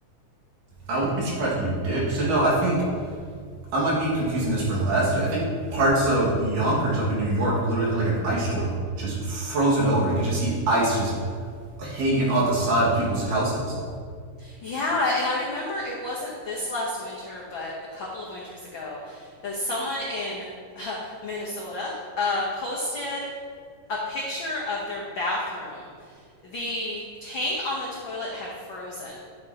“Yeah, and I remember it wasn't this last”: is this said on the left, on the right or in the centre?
Left